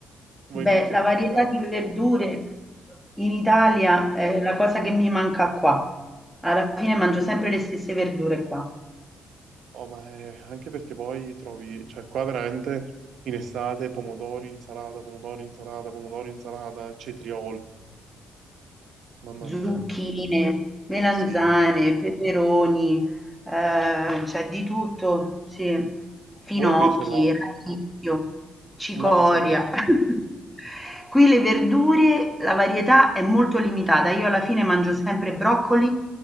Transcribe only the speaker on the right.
Voi
invece
in
Portogallo?
Madonna,
oh, ma,
oh, ma è- anche perché poi trovi, cioè qua veramente in estate pomodori, insalata, pomodori, insalata, pomodori, insalata, cetrioli, mamma
mia,
sì.
Voi invece la,
la cosa avete?